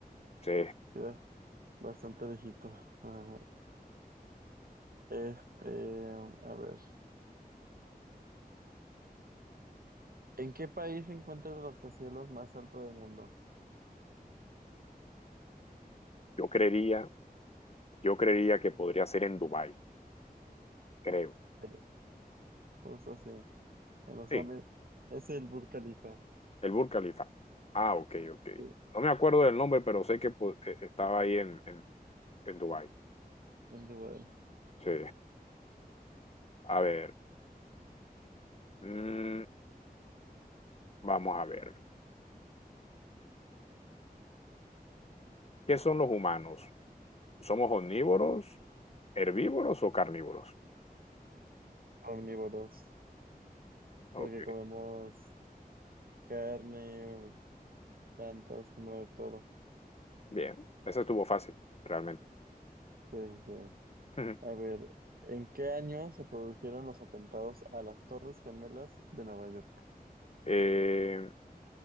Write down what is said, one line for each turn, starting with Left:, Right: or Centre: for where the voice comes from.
Left: Sí,
Right: Iba bastante lejitos. Ajá. Este, a ver. ¿En qué país se encuentra el rascacielos más alto del mundo?
Left: yo creería, yo creería que podría ser en Dubái, creo.
Right: Eh, justo así. En los
Left: Sí.
Right: Árabes. Es el Burj Khalifa.
Left: El Burj Khalifa. Ah, ok, ok.
Right: Sí,
Left: No me acuerdo del nombre, pero sé que pues, eh, estaba ahí en, en, en Dubái.
Right: en Dubái.
Left: Sí. A ver, mm, vamos a ver. ¿Qué son los humanos? ¿Somos omnívoros, herbívoros o carnívoros?
Right: Omnívoros.
Left: Ok,
Right: Porque comemos carne, plantas, como de todo.
Left: bien. Ese estuvo fácil, realmente.
Right: Sí, sí. sí.
Left: <laughs>
Right: A ver, ¿en qué año se produjeron los atentados a las Torres Gemelas de Nueva York?
Left: Eh,